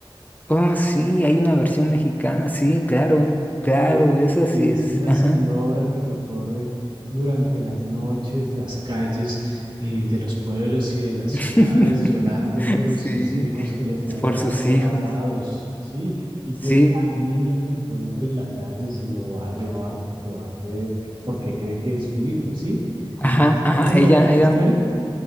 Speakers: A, on the left; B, on the right.
A: Oh, sí, hay una versión mexicana, sí, claro, claro,
B: que,
A: esa
B: que
A: sí
B: es
A: es,
B: una
A: ajá.
B: señora que recorre durante las noches las calles eh, de los pueblos y de las
A: <laughs>
B: ciudades llorando por
A: Sí,
B: sus hijos que le fueron
A: por sus
B: arrebatados,
A: hijos.
B: ¿sí? Y
A: Sí,
B: que al niño que encuentre en la calle se lo va a llevar porque va a creer, porque cree que es su hijo, ¿sí?
A: ajá,
B: ¿Es más
A: ajá,
B: o menos
A: ella,
B: la misma
A: ella,
B: historia?